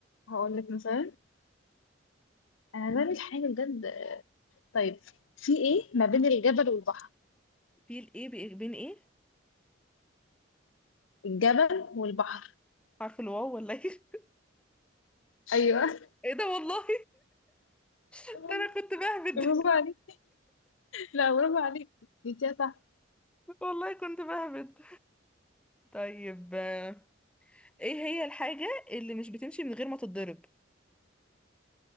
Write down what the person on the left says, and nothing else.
هقول لك مثلا انا بعمل حاجة بجد آه، طيب في ايه ما بين الجبل والبحر
الجبل والبحر
ايوه
<laughs> والله
برافو عليك. لا برافو عليك جبتيها صح